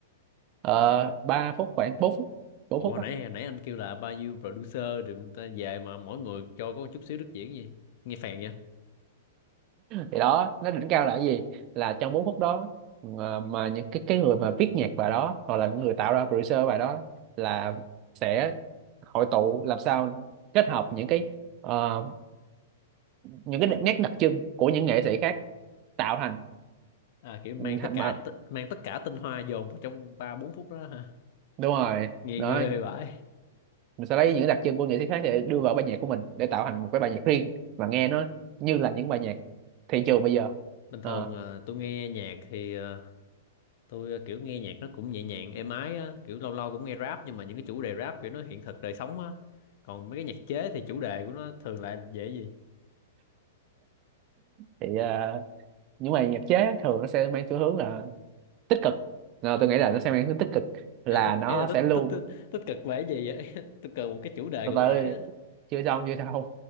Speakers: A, on the right; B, on the left.
A: uh, 3 phút khoảng 4 phút 4
B: ủa
A: phút
B: hồi nãy hồi nãy anh kêu là bao nhiêu producer rồi người ta về mà mỗi người cho có một chút xíu đức diễn gì nghe phèn vậy
A: thì đó nó đỉnh cao là cái gì là trong 4 phút đó mà, mà những cái cái người mà viết nhạc bài đó hoặc là những người tạo ra producer bài đó là sẽ hội tụ làm sao kết hợp những cái ờ, những cái nét đặc trưng của những nghệ sĩ khác tạo thành
B: à kiểu mang
A: thành
B: tất cả
A: mà
B: t- mang tất cả tinh hoa dồn vào trong ba bốn phút đó hả
A: đúng rồi
B: nghe
A: nó
B: ghê vậy
A: mình sẽ lấy những đặc trưng của nghệ sĩ khác để đưa vào bài nhạc của mình để tạo thành một cái bài nhạc riêng và nghe nó như là những bài nhạc thị trường bây giờ
B: bình
A: Ờ,
B: thường à, tôi nghe nhạc thì à, tôi à, kiểu nghe nhạc nó cũng nhẹ nhàng êm ái á kiểu lâu lâu cũng nghe rap nhưng mà những cái chủ đề rap kiểu nó hiện thực đời sống á còn mấy cái nhạc chế thì chủ đề của nó thường lại dễ gì
A: thì ờ, những bài nhạc chế thường nó sẽ mang xu hướng là tích cực Ờ, tôi nghĩ là nó sẽ mang tính tích cực là
B: ấy là tích
A: nó
B: ấy là tích
A: sẽ luôn
B: tích tích tích cực về cái gì vậy? <laughs> Tôi cần một cái chủ đề
A: từ
B: cụ
A: từ
B: thể á.
A: chưa xong chưa xong